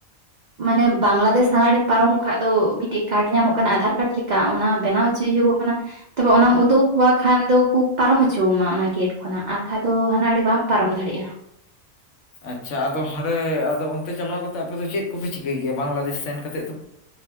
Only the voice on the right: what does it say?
ᱢᱟᱱᱮ ᱵᱟᱝᱞᱟᱫᱮᱥ ᱦᱟᱱᱟ ᱟᱲᱮ ᱯᱟᱨᱚᱢᱚᱜ ᱠᱷᱟᱡ ᱫᱚ ᱢᱤᱫᱴᱤᱡ ᱠᱟᱨᱰ ᱧᱟᱢᱚᱜ ᱠᱟᱱᱟ ᱟᱸᱫᱷᱟᱨ ᱠᱟᱨᱰ ᱞᱮᱠᱟ ᱚᱱᱟ ᱵᱮᱱᱟᱣ ᱦᱚᱪᱚᱭ ᱦᱩᱭᱩᱜᱚᱜ ᱠᱟᱱᱟ ᱛᱚᱵᱮ ᱚᱱᱟᱢ ᱩᱫᱩᱜ ᱟᱠᱚᱣᱟ ᱠᱷᱟᱱ ᱫᱚᱠᱚ ᱯᱟᱨᱚᱢ ᱦᱚᱪᱚᱣᱟᱢᱟ ᱚᱱᱟ ᱜᱮᱴ ᱠᱷᱚᱱᱟᱜ ᱟᱨ ᱵᱟᱠᱟᱱ ᱫᱚ ᱦᱟᱱᱟ ᱟᱲ ᱵᱟᱢ ᱯᱟᱨᱚᱢ ᱫᱟᱲᱮᱭᱟᱜ-ᱟ